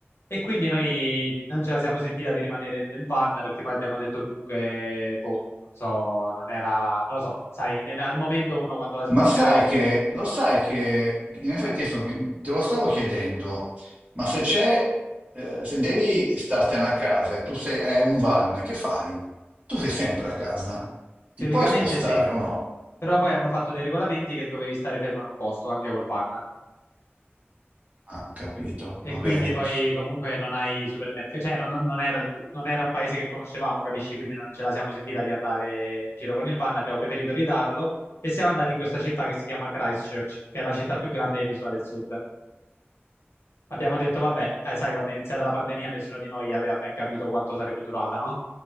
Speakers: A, on the left; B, on the right.
A: E quindi noi non ce la siamo sentita di rimanere nel van perché poi abbiamo detto comunque, boh, non so, non era, non lo so, sai, nel- al momento uno quando la situazione,
B: Ma sai che, lo sai che, in effetti adesso mi- te lo stavo chiedendo, ma se c'è, eh, se devi startene a casa e tu sei, hai un van, che fai? Tu sei sempre a casa, ti
A: teoricamente
B: puoi spostare
A: sì.
B: o no?
A: Però poi hanno fatto dei regolamenti che dovevi stare fermo in un posto anche col panna.
B: Ah, ho capito,
A: E
B: va
A: quindi
B: bene.
A: poi comunque non hai supermercati, cioè non, non- non era, il- non era un paese che conoscevamo, capisci? Quindi non ce la siamo sentita di andare in giro con il van, abbiamo preferito ridarlo e siamo andati in questa città che si chiama Christchurch, che è la città più grande dell'isola del sud. Abbiamo detto, vabbè, eh, sai, quando è iniziata la pandemia nessuno di noi aveva ben capito quanto sarebbe durata, no?